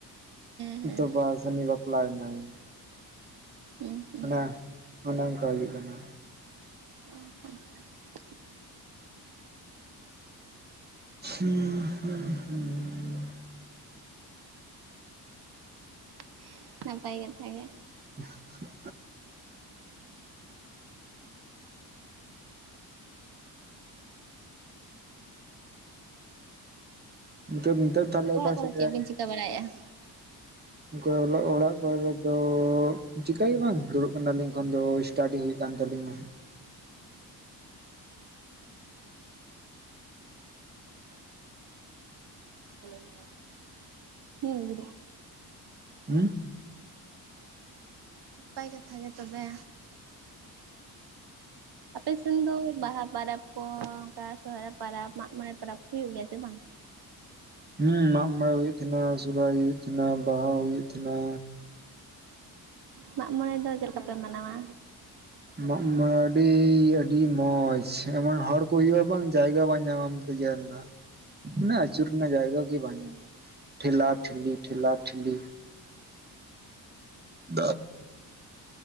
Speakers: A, on the right (about 70°); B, on the right (about 25°).
A: ᱦᱮᱸ
B: ᱛᱚ ᱵᱟ ᱡᱟᱹᱱᱤᱜ ᱵᱟᱯᱞᱟᱭᱮᱱᱟᱭ
A: ᱦᱩᱸ ᱦᱩᱸ
B: <unintelligible> ᱚᱱᱮ ᱚᱱᱠᱟ ᱦᱩᱭᱩᱜ ᱠᱟᱱᱟ
A: <unintelligible>
B: <unintelligible>
A: <unintelligible> ᱱᱟᱯᱟᱭ ᱠᱟᱛᱷᱟ ᱜᱮ
B: <inaudible> ᱱᱤᱛᱚᱜ ᱛᱟᱦᱞᱮ
A: ᱚᱲᱟᱜ
B: ᱚᱠᱟ
A: ᱠᱚᱨᱮ
B: ᱥᱮᱫ
A: ᱪᱮᱫ
B: ᱨᱮ
A: ᱵᱤᱱ ᱪᱤᱠᱟᱹ ᱵᱟᱲᱟᱭᱮᱫ-ᱟ
B: ᱚ ᱚᱲᱟᱜ ᱠᱚᱨᱮ ᱫᱚ ᱪᱤᱠᱟ ᱜᱮ ᱵᱟᱝ ᱫᱩᱲᱩᱵ ᱠᱟᱱᱟᱞᱤᱧ ᱮᱠᱷᱚᱱ ᱫᱚ ᱥᱴᱟᱰᱤ ᱦᱩᱭᱩᱜ ᱠᱟᱱ ᱛᱟᱞᱤᱧᱟ
A: ᱦᱩᱸ ᱱᱚᱸᱰᱮ
B: ᱦᱩᱸ
A: ᱱᱟᱯᱟᱭ ᱠᱟᱛᱷᱟ ᱜᱮ ᱛᱚᱵᱮ ᱟᱯᱮ ᱥᱮᱱ ᱫᱚ ᱵᱟᱦᱟ ᱯᱟᱨᱟᱵᱽ ᱠᱚ ᱚᱱᱠᱟ ᱥᱚᱦᱚᱨᱟᱭ ᱯᱟᱨᱟᱵᱽ ᱢᱟᱜ ᱢᱚᱬᱮ ᱯᱟᱨᱟᱵᱽ ᱠᱚ ᱦᱩᱭᱩᱜ ᱜᱮᱭᱟ ᱥᱮ ᱵᱟᱝ
B: ᱦᱩᱸ ᱢᱟᱜ ᱢᱚᱬᱮ ᱦᱩᱭᱩᱜ ᱛᱟᱦᱮᱸᱱᱟ ᱥᱚᱨᱦᱟᱭ ᱦᱩᱭᱩᱜ ᱛᱟᱦᱮᱸᱱᱟ ᱵᱟᱦᱟ ᱦᱩᱭᱩᱜ ᱛᱟᱦᱮᱸᱱᱟ
A: ᱢᱟᱻᱜ ᱢᱚᱬᱮ ᱫᱚ ᱪᱮᱫ ᱞᱮᱠᱟᱯᱮ ᱢᱟᱱᱟᱣᱟ
B: ᱢᱟᱜ ᱢᱚᱬᱮ ᱟᱹᱰᱤ ᱟᱹᱰᱤ ᱢᱚᱸᱡᱽ ᱮᱢᱚᱱ ᱦᱚᱲ ᱠᱚ ᱦᱩᱭᱩᱜ-ᱟ ᱵᱟᱝ ᱡᱟᱭᱜᱟ ᱵᱟᱝ ᱧᱟᱢᱟᱢ ᱛᱮᱭᱟᱨ ᱮᱱᱟ ᱢᱟᱱᱮ ᱟᱹᱪᱩᱨ ᱨᱮᱱᱟᱜ ᱡᱟᱭᱜᱟ ᱜᱮ ᱵᱟᱝ ᱧᱟᱢᱚᱜᱟ ᱴᱷᱮᱞᱟ ᱴᱷᱤᱞᱤ ᱴᱷᱮᱞᱟ ᱴᱷᱤᱞᱤ ᱫᱟᱜ